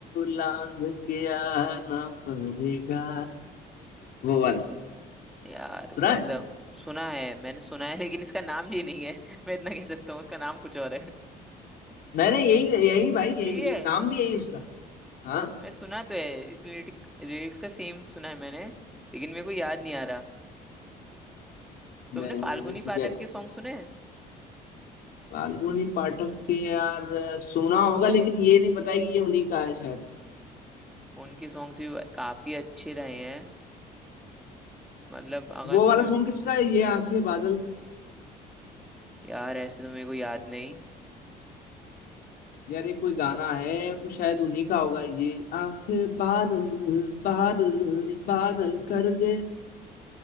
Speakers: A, on the left (about 65°); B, in the centre.
A: लांघ के आना पड़ेगा वो वाला
B: यार
A: सुना
B: मतलब
A: है
B: सुना है मैंने सुना है <laughs> लेकिन इसका नाम ये नहीं है <laughs> मैं इतना कह सकता हूँ उसका नाम कुछ और है
A: नहीं नहीं यही यही भाई यही
B: यही है
A: नाम भी यही उसका हाँ
B: मैं सुना तो है इस लिरिक्स का सेम सुना है मैंने लेकिन मेरे को याद नहीं आ रहा
A: मैंने
B: तुमने फाल्गुनी
A: इसी
B: पाठक
A: के
B: के सॉन्ग सुने हैं?
A: फाल्गुनी पाठक के यार सुना होगा लेकिन ये नहीं पता है कि ये उन्हीं का है शायद
B: उनके सॉन्ग्स भी काफी अच्छे रहे हैं मतलब अगर
A: वो
B: तुम्हें
A: वाला सॉन्ग किसका है ये आंखें बादल
B: यार ऐसे तो मेरे को याद नहीं
A: यार ये कोई गाना है वो शायद उन्हीं का होगा ये आंखें बादल बादल बादल कर दे